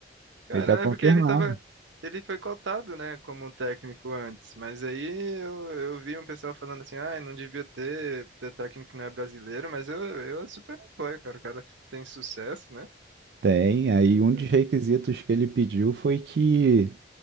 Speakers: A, on the right (about 80°); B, on the right (about 60°).
A: Cara,
B: Ele está confirmado.
A: é porque ele tava. Ele foi cotado, né, como técnico antes, mas aí eu, eu vi um pessoal falando assim, ah, não devia ter, ter técnico que não é brasileiro, mas eu, eu super apoio, cara. O cara tem sucesso, né?
B: Tem. Aí um
A: É.
B: dos requisitos que ele pediu foi que